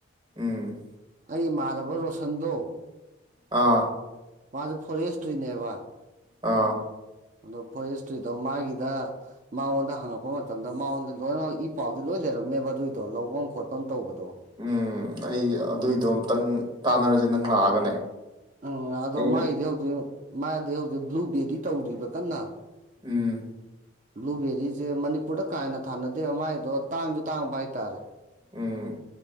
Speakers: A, on the right; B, on the right.
A: ꯎꯝ
B: ꯑꯩ ꯏꯃꯥꯟꯅꯕ ꯔꯣꯁꯟꯗꯣ
A: ꯑꯥ
B: ꯃꯥꯖꯨ ꯐꯣꯔꯦꯁꯇ꯭ꯔꯤꯅꯦꯕ
A: ꯑꯥ
B: ꯑꯗꯣ ꯐꯣꯔꯦꯁꯇ꯭ꯔꯤꯗꯣ ꯃꯥꯒꯤꯗ ꯃꯉꯣꯟꯗ ꯍꯪꯉꯛꯄ ꯃꯇꯝꯗ ꯃꯉꯣꯟꯗ ꯂꯣꯏꯅꯃꯛ ꯏ ꯄꯥꯎꯗꯤ ꯂꯣꯏ ꯂꯩꯔꯝꯅꯦꯕ ꯑꯗꯨꯏꯗꯣ ꯂꯧꯕꯝ ꯈꯣꯠꯄꯝ ꯇꯧꯕꯗꯣ
A: ꯎꯝ ꯑꯩ ꯑꯗꯨꯏꯗꯣ
B: ꯑꯗꯣ
A: ꯑꯝꯇꯪ ꯇꯥꯟꯅꯔꯖꯦ ꯅꯪ ꯂꯥꯛꯑꯒꯅꯦ
B: ꯎꯝ ꯑꯗꯣ
A: ꯑꯩꯅ
B: ꯃꯥꯒꯤꯗꯤ ꯍꯧꯖꯤꯛ ꯃꯥꯥꯏꯗꯤ ꯍꯧꯖꯤꯛ ꯕ꯭ꯂꯨꯕꯦꯔꯤ ꯇꯧꯔꯤꯕ ꯀꯟꯅ
A: ꯎꯝ
B: ꯕ꯭ꯂꯨꯕꯦꯔꯤꯖꯦ ꯃꯅꯤꯄꯨꯔꯗ ꯀꯥ ꯍꯦꯟꯅ ꯊꯥꯟꯅꯗꯦꯕ ꯃꯥꯏꯗꯣ ꯇꯥꯡꯖꯨ ꯇꯥꯡꯕ ꯍꯥꯏꯇꯥꯔꯦ
A: ꯎꯝ